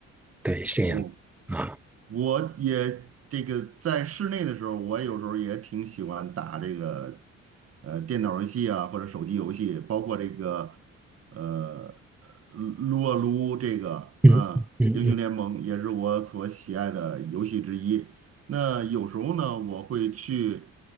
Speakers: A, in the centre; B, on the right (about 50°).
A: 对，是这样
B: 哦，
A: 的啊，
B: 我也这个在室内的时候，我有时候也挺喜欢打这个呃电脑游戏啊，或者手机游戏，包括这个呃撸啊撸这个嗯，
A: 嗯嗯嗯，
B: 英雄联盟也是我所喜爱的游戏之一。
A: 嗯
B: 那有时候呢，我会去